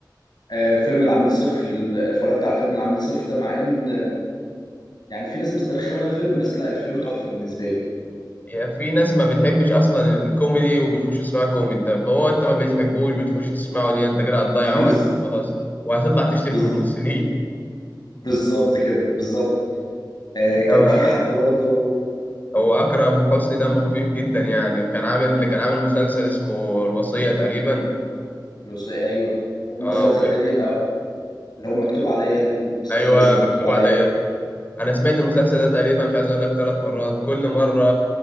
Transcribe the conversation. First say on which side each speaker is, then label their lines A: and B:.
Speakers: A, on the left; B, on the left.
A: آه، فيلم العميل صفر ال- اتفرجت على فيلم العميل صفر ده مع ان يعني في ناس مسترخمه الفيلم بس لا الفيلم تحفه بالنسبه لي
B: يعني في ناس ما بتحبش اصلا الكوميدي وبيخش يسمعوا كوميدي طب هو انت ما بتحبوش بتخش تسمعه ليه انت كده هتضيع
A: <laughs>
B: وقتك
A: بز...
B: وخلاص وهتطلع تشتم
A: بز...
B: في الممثلين
A: بالظبط كده بالظبط آه كان
B: انما
A: في حد برضو
B: هو أكرم حسني دمه خفيف جدا يعني وكان عامل كان عامل مسلسل اسمه الوصية تقريبا
A: الأس- ايوه ومسلسل
B: اه وكان
A: تاني آه اللي هو مكتوب عليا المسلسل
B: ايوه
A: اسمه
B: مكتوب
A: مكتوب عليا
B: عليا انا سمعت المسلسل ده تقريبا مش عايز اقول لك ثلاث مرات كل مرة